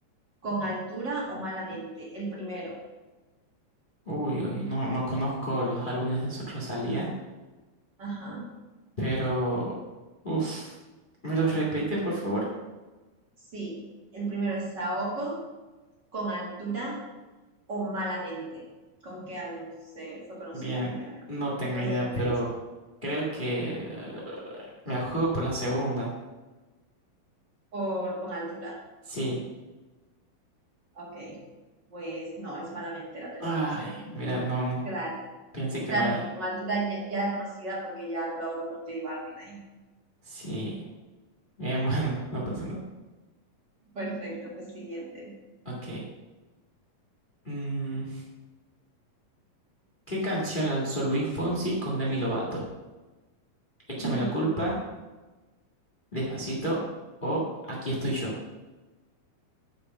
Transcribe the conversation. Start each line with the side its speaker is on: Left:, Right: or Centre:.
Right: Con Altura o Malamente? El primero.
Left: Uy, uy, no, no conozco los álbumes de Rosalía,
Right: Ajá.
Left: pero... Uf, ¿me los repites, por favor?
Right: Sí, el primero es Saoko, Con Altura o Malamente? ¿Con qué álbum se fue conocida
Left: Bien,
Right: primeramente?
Left: no tengo
Right: ¿Cuál
Left: idea,
Right: fue su primer
Left: pero
Right: éxito?
Left: creo que eh, me la juego por la segunda.
Right: Por Con Altura.
Left: Sí.
Right: Ok. Pues no, es Malamente la tercera
Left: Ay,
Right: opción.
Left: mira, no, no,
Right: Claro.
Left: pensé que
Right: Claro,
Left: no era.
Right: porque Con Altura ya, ya era conocida porque ya colaboró con J Balvin ahí.
Left: Sí. Bien, <laughs> bueno, no pasa nada.
Right: Perfecto, pues siguiente.
Left: Ok. Mm, ¿Qué canción lanzó Luis Fonsi con Demi Lovato? Échame
Right: <laughs>
Left: la culpa, Despacito o Aquí estoy yo.